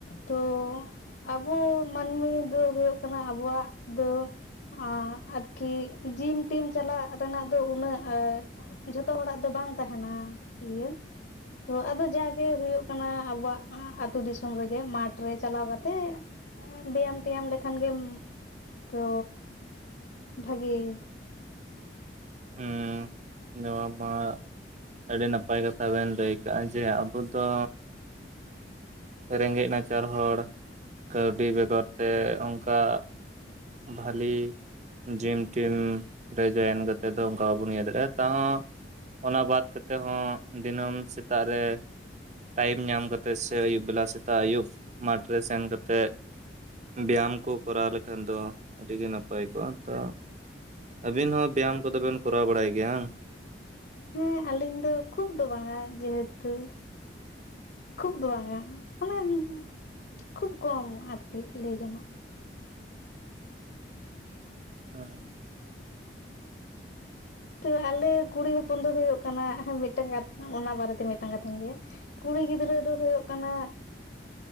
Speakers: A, on the left; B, on the right.
A: ᱛᱚ ᱟᱵᱚ ᱢᱟᱹᱱᱢᱤ ᱫᱚ ᱦᱩᱭᱩᱜ ᱠᱟᱱᱟ ᱟᱵᱚᱣᱟᱜ ᱫᱚ ᱟᱨ ᱟᱨᱠᱤ ᱡᱤᱢ ᱴᱤᱢ ᱪᱟᱞᱟᱜ ᱨᱮᱱᱟᱜ ᱫᱚ ᱩᱱᱟᱹᱜ ᱡᱷᱚᱛᱚ ᱦᱚᱲᱟᱜ ᱫᱚ ᱵᱟᱝ ᱛᱟᱦᱮᱱᱟ ᱤᱭᱟᱹ ᱛᱚ ᱟᱫᱚ ᱡᱟᱠ ᱜᱮ ᱦᱩᱭᱩᱜ ᱠᱟᱱᱟ ᱟᱵᱚᱣᱟᱜ ᱟᱹᱛᱩ ᱫᱤᱥᱚᱢ ᱨᱮᱜᱮ ᱢᱟᱴᱷ ᱨᱮ ᱪᱟᱞᱟᱣ ᱠᱟᱛᱮᱜ ᱵᱮᱭᱟᱢ ᱴᱮᱭᱟᱢ ᱞᱮᱠᱷᱟᱱ ᱜᱮᱢ ᱛᱚ ᱵᱷᱟᱹᱜᱤ
B: ᱦᱩᱸ ᱱᱚᱣᱟ ᱢᱟ ᱟᱹᱰᱤ ᱱᱟᱯᱟᱭ ᱠᱟᱛᱷᱟ ᱵᱮᱱ ᱞᱟᱹᱭ ᱠᱟᱜᱼᱟ ᱡᱮ ᱟᱵᱚ ᱫᱚ ᱨᱮᱸᱜᱮᱡ ᱱᱟᱪᱟᱨ ᱦᱚᱲ ᱠᱟᱹᱣᱰᱤ ᱵᱮᱜᱚᱨ ᱛᱮ ᱚᱱᱠᱟ ᱵᱷᱟᱞᱤ ᱡᱤᱢ ᱴᱤᱢ ᱨᱮ ᱡᱚᱭᱮᱱ ᱠᱟᱛᱮ ᱫᱚ ᱚᱱᱠᱟ ᱵᱟᱵᱚᱱ ᱤᱭᱟᱹ ᱫᱟᱲᱮᱭᱟᱜ-ᱟ ᱛᱟᱣ ᱦᱚᱸ ᱚᱱᱟ ᱵᱟᱫᱽ ᱠᱟᱛᱮ ᱦᱚᱸ ᱫᱤᱱᱟᱹᱢ ᱥᱮᱛᱟᱜ ᱨᱮ ᱴᱟᱭᱤᱢ ᱧᱟᱢ ᱠᱟᱛᱮᱜ ᱥᱮ ᱟᱭᱩᱵ ᱵᱮᱞᱟ ᱥᱮᱛᱟᱜ ᱟᱹᱭᱩᱵ ᱢᱟᱴᱷ ᱨᱮ ᱥᱮᱱ ᱠᱟᱛᱮᱫ ᱵᱮᱭᱟᱢ ᱠᱚ ᱠᱚᱨᱟᱣ ᱞᱮᱠᱷᱟᱱ ᱫᱚ ᱟᱹᱰᱤᱜᱮ ᱱᱟᱯᱟᱭ ᱠᱚᱜ-ᱟ ᱛᱚ ᱟᱹᱵᱤᱱ ᱦᱚᱸ ᱵᱮᱭᱟᱢ ᱠᱚ ᱫᱚᱵᱮᱱ ᱠᱚᱨᱟᱣ ᱵᱟᱲᱟᱭ ᱜᱮᱭᱟ ᱵᱟᱝ
A: ᱦᱮᱸ ᱟᱞᱤᱧ ᱫᱚ ᱠᱷᱩᱵ ᱫᱚ ᱵᱟᱝᱟ ᱡᱮᱦᱮᱛᱩ ᱠᱷᱩᱵ ᱫᱚ ᱵᱟᱝᱟ ᱢᱟᱱᱮ ᱠᱷᱩᱵ ᱠᱚᱢ ᱟᱨᱠᱤ ᱞᱟᱹᱭ ᱜᱟᱱᱚᱜᱼᱟ
B: <inaudible>
A: ᱛᱚ ᱟᱞᱮ ᱠᱩᱲᱤ ᱦᱚᱯᱚᱱ ᱫᱚ ᱦᱩᱭᱩᱜ ᱠᱟᱱᱟ ᱢᱤᱫᱴᱟᱝ ᱠᱟᱛᱷᱟ ᱚᱱᱟ ᱵᱟᱨᱮᱛᱮ ᱢᱤᱫᱟᱝ ᱠᱟᱛᱷᱟᱧ ᱞᱟᱹᱭᱟ ᱠᱩᱲᱤ ᱜᱤᱫᱽᱨᱟᱹ ᱫᱚ ᱦᱩᱭᱩᱜ ᱠᱟᱱᱟᱼᱼ